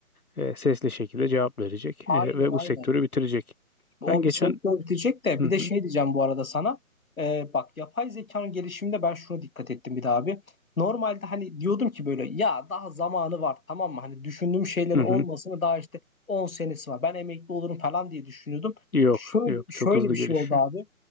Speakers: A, on the left; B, on the left.
A: e, sesli şekilde cevap verecek
B: Aynen
A: e, ve
B: aynen.
A: bu sektörü bitirecek.
B: O
A: Ben geçen
B: bir sektör bitecek de
A: Hı
B: bir
A: hı.
B: de şey diyeceğim bu arada sana. Ee, bak yapay zekanın gelişiminde ben şuna dikkat ettim bir daha abi. Normalde hani diyordum ki böyle ya daha zamanı var tamam mı? Hani düşündüğüm şeylerin
A: Hı
B: olmasını
A: hı.
B: daha işte 10 senesi var. Ben emekli olurum falan diye düşünüyordum.
A: Yok
B: Şöyle
A: yok
B: şöyle
A: çok hızlı
B: bir şey
A: gelişiyor.
B: oldu abi